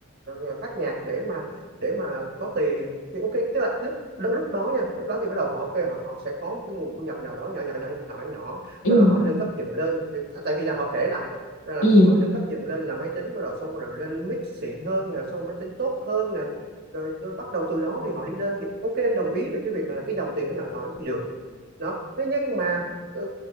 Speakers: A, on the right (about 50°); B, on the left (about 70°).
A: ờ, phát nhạc để mà để mà có tiền thì ok tức là lúc lúc đó nha lúc đó thì bắt đầu họ ok họ sẽ có một cái nguồn thu nhập nào đó nhỏ nhỏ nhỏ nhỏ nhỏ
B: ừ
A: đó
B: ừ.
A: là họ nâng cấp dần lên À, tại vì là họ kể lại đó là
B: ừ
A: họ nâng cấp dần lên là máy tính bắt đầu xong bắt đầu lên mic xịn hơn nè xong máy tính tốt hơn nè rồi, rồi bắt đầu từ đó thì họ đi lên thì ok em đồng ý về cái việc là cái dòng tiền nó nhỏ nhỏ thì được đó thế nhưng mà ờ,